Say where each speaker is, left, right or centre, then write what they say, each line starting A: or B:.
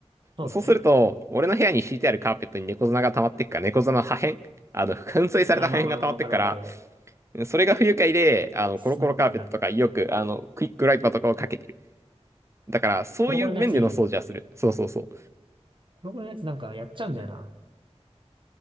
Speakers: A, on the right; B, on the right.
A: そうだね。
B: ん。そうすると、俺の部屋に敷いてあるカーペットに猫砂が溜まってくから、猫砂の破片、あの、粉砕された破片が溜まってくから、
A: あ、まあまあまあ、わかるわかるわかる。
B: それが不愉快で、あの、
A: 砂ばっかになる。
B: コロコロカーペットとか、よく、あの、クイックワイパーとかをかけてる。だから、そういう面での掃除はする。
A: コロコロのやついいよね。
B: そうそうそう。
A: 黒子のやつなんかやっちゃうんだよな。